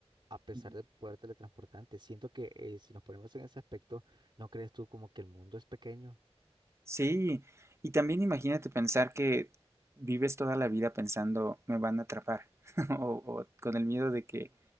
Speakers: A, on the right (about 50°); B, on the right (about 25°).
A: a pesar
B: Ujú.
A: de poder teletransportarte. Siento que eh, si nos ponemos en ese aspecto, ¿no crees tú como que el mundo es pequeño?
B: Sí, y también imagínate pensar que vives toda la vida pensando, me van a atrapar, <laughs> o, o con el miedo de que,